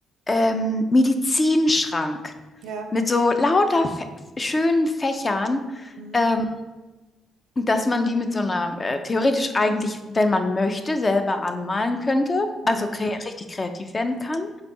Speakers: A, on the left; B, on the right.
A: ähm, Medizinschrank
B: Ja.
A: mit so lauter Fä schönen Fächern.
B: Mhm.
A: ähm, dass man die mit so einer, äh, theoretisch eigentlich, wenn man möchte, selber anmalen könnte,
B: Mhm.
A: also kre richtig kreativ werden kann,